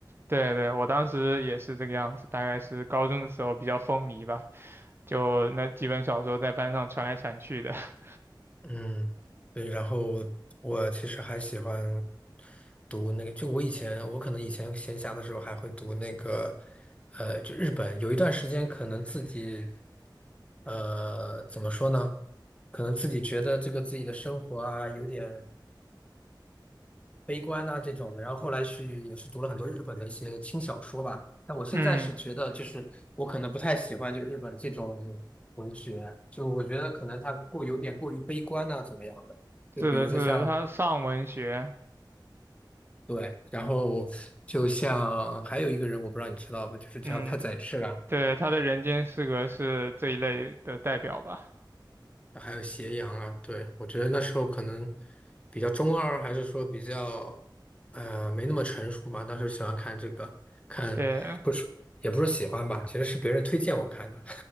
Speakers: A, on the right; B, on the left.
A: 对对，我当时也是这个样子，大概是高中的时候比较风靡吧，就那几本小说在班上传来传去的。<laughs>
B: 嗯，对，然后我其实还喜欢读那个，就我以前，我可能以前闲暇的时候还会读那个，呃，就日本有一段时间可能自己，呃，怎么说呢？可能自己觉得这个自己的生活啊，有点。悲观呐、这种的，然后后来去也是读了很多日本的一些轻小说吧。但我现在是觉得，
A: 嗯，
B: 就是我可能不太喜欢就是日本这种文学，就我觉得可能它过有点过于悲观呐、怎么样的？就比如说像
A: 是的，是的，他上文学，
B: 对，然后就像还有一个人，我不知道你知道不，就是叫太宰治啊。
A: 嗯，对，他的《人间失格》是这一类的代表吧。
B: 还有斜阳啊，对，我觉得那时候可能比较中二，还是说比较呃没那么成熟吧。当时喜欢看这个，看不是也不是喜欢吧，
A: 对，
B: 其实是别人推荐我看的。